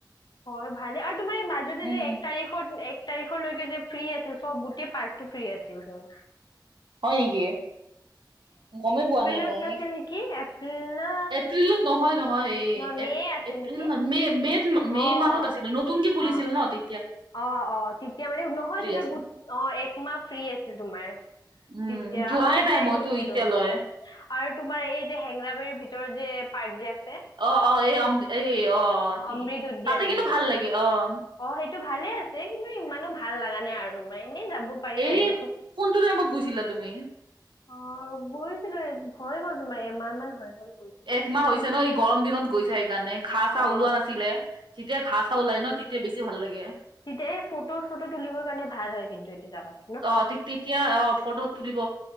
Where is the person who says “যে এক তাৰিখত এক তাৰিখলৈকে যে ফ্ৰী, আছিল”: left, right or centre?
Left